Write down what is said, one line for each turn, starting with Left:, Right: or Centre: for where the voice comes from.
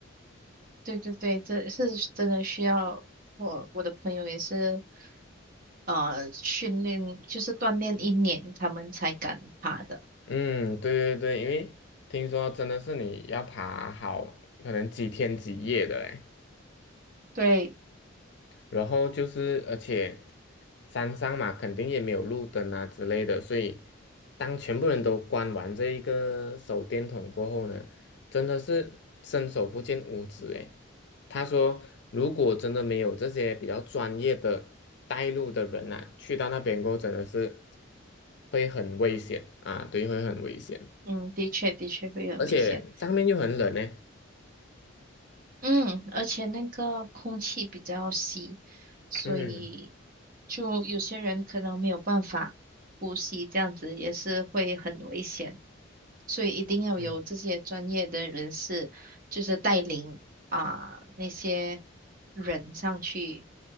Right: 对对对，这是真的需要。我我的朋友也是，呃，训练就是锻炼一年，他们才敢爬的。
Left: 嗯，对对对，因为听说真的是你要爬好可能几天几夜的诶。
Right: 对，
Left: 然后就是，而且山上嘛，肯定也没有路灯啊之类的，所以当全部人都关完这一个手电筒过后呢，真的是伸手不见五指诶。他说，如果真的没有这些比较专业的带路的人啊，去到那边过后真的是会很危险啊，对，会很危险，
Right: 嗯，的确的确会很危险。
Left: 而且上面又很冷呢。
Right: 嗯，而且那个空气比较稀，所以
Left: 嗯
Right: 就有些人可能没有办法呼吸，这样子也是会很危险。所以一定要有这些专业的人士，
Left: 嗯。
Right: 就是带领啊、那些人上去。